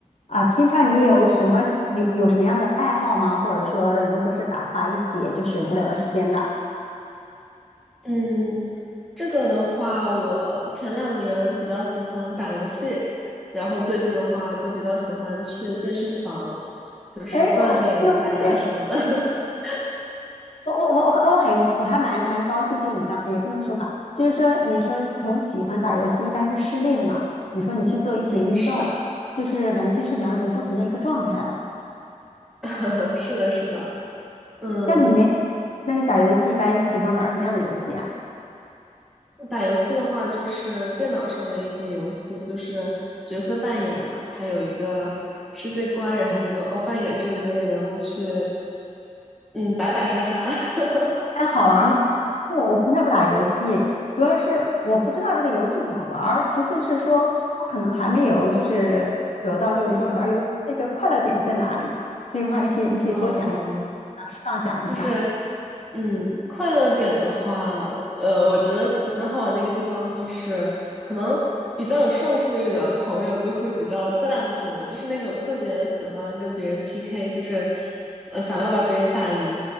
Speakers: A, on the left; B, in the centre.
A: 啊，平常你有什么喜有有什么样的爱好吗？或者说如何是打发一些就是无聊的时间的？
B: 嗯，这个的话，我前两年比较喜欢打游戏，然后最近的话就比较喜欢去健身房，就是锻炼一下呀什么的。
A: 哎呦，不容易！
B: <laughs>
A: 我我我我我很我还蛮蛮高兴，就是你刚也不能说吧，就是说你说从喜欢打游戏一般是室内的嘛，你说你去做一些运动，
B: 嗯，是的，
A: 就是完全是两种不同的一个状态了。
B: <laughs> 是的，是的。嗯，
A: 那你没，那你打游戏一般喜欢玩什么样的游戏啊？
B: 我打游戏的话，就是电脑上的一些游戏，就是角色扮演嘛，它有一个世界观，然后你就哦扮演这里面的人物去，嗯，打打杀杀。<laughs>
A: 还好玩吗？不，我从来不打游戏，主要是我不知道这个游戏怎么玩儿，其次是说我可能还没有就是得到就是说玩儿游戏的一个快乐点在哪里，
B: 嗯，
A: 所以的话你可以你可以多讲一
B: 嗯，
A: 讲，适当讲一下。
B: 就是。嗯，快乐点的话，呃，我觉得很好玩的一个地方就是，可能比较有胜负欲的朋友就会比较赞同我，就是那种特别喜欢跟别人 PK，就是，呃，想要把别人打赢